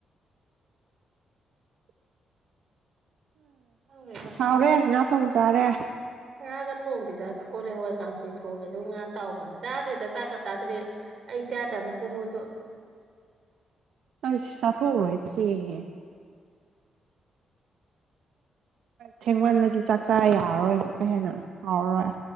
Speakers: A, on the right (about 50°); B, on the right (about 80°).
A: ꯍꯗ
B: ꯍꯥꯎꯔꯦ ꯉꯥ ꯊꯣꯡ ꯆꯥꯔꯦ
A: ꯍꯒ ꯊꯣꯡꯗꯗ ꯀꯣꯂ ꯍꯋꯥ ꯀꯥꯡꯁꯣꯏ ꯊꯣꯡꯉꯦ ꯑꯗꯨꯒ ꯉꯥ ꯇꯥꯎꯕꯅꯦ ꯆꯥꯗ꯭ꯔꯦꯗ ꯆꯥꯛꯀ ꯆꯥꯗ꯭ꯔꯦ ꯑꯩ ꯆꯥꯗꯕꯁꯤꯗ ꯃꯣꯏ
B: ꯑ ꯁꯥꯊꯔꯣꯏ ꯊꯉꯦ ꯊꯦꯡꯃꯜꯂꯗꯤ ꯆꯥꯛ ꯆꯥ ꯌꯥꯔꯔꯣꯏ ꯑꯃꯨꯛꯀ ꯍꯦꯟꯅ ꯍꯥꯎꯔꯔꯣꯏ